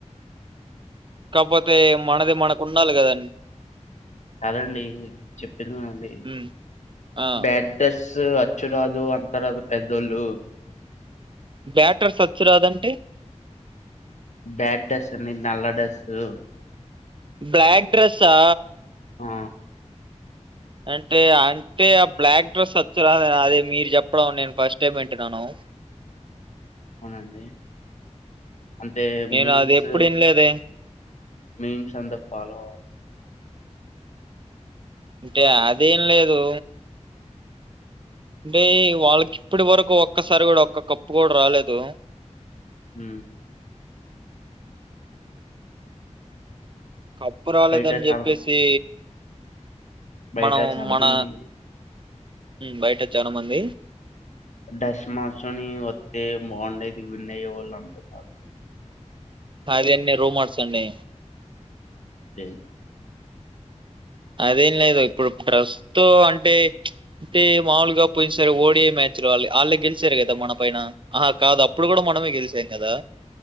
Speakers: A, on the right (about 45°); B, on the left (about 75°).
A: కాకపోతే మనది మనకు ఉన్డాలి కదండి
B: కాదండి చెప్పినగాఅండి
A: ఉమ్ ఆ
B: బ్యాట్రస్ స్ అచ్చురాదు అంతరదు పెద్దోళ్ళు
A: బ్యాటర్స్వచ్ రాదంటే
B: బ్లాక్ డ్రస్ అండి నల్ల డ్రస్సు
A: బ్లాక్ డ్రెస్సా
B: ఆ
A: అంటే అంటే ఆ బ్లాక్ డ్రెస్ అచ్చురాదనీ అది మీరు చెప్పడం నేను ఫస్ట్ టైం వింటున్నాను
B: అవున అండి అంటే
A: నేను
B: మీమ్స్
A: అది ఎప్పుడు వినలేదే
B: మీమ్స్ అంతా ఫాలో అవ్వమ్
A: అంటే అదేం లేదు అంటే వాళ్ళకి ఇప్పటి వరకు ఒక్కసారి కూడా ఒక్క కప్పు కూడా రాలేదు
B: హ
A: కప్పు రాలేదని
B: బయట
A: చెప్పేసి
B: చాలా మంది బయట
A: మనం
B: చాలా
A: మన
B: మంది
A: బయట చాలా మంది
B: డస్ మార్చోని వస్తే బగుండేది విన్ అయే వాళ్ళు అంటున్నారు
A: అదే అన్ని రూమర్స్ అండి
B: డెన్
A: అదేం లేదు ఇప్పుడు ప్రస్తుతో అంటే అంటే మాముూలుగా పోయిన సారీ ఓడియ మ్యాచ్లు వాళ్ళు వాళ్ళే గెలిచారు కదా మన పైన ఆహా కాదు అప్పుడు కూడా మనమే గెలిచాం కదా